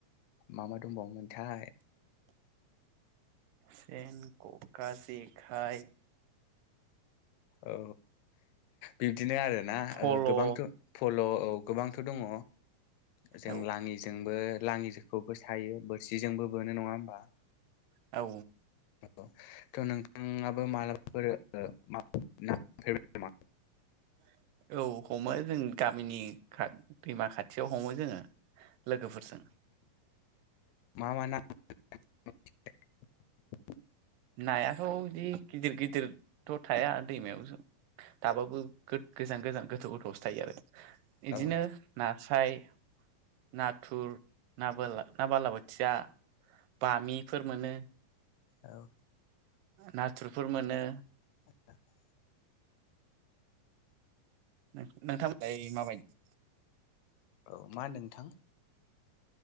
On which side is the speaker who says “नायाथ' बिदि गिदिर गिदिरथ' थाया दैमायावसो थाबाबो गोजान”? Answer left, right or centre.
Right